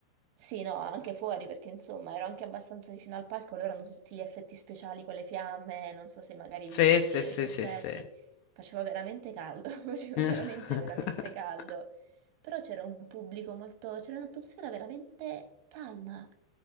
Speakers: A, on the right; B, on the left.
A: Sì, no, anche fuori perché insomma ero anche abbastanza vicino al palco, loro hanno tutti gli effetti speciali con le fiamme, non so se magari hai
B: Sì,
A: visto dei
B: sì,
A: video
B: sì,
A: dei concerti,
B: sì, sì.
A: faceva veramente caldo, <laughs> faceva
B: <laughs>
A: veramente, veramente caldo, però c'era un pubblico molto, c'era un'atmosfera veramente calma,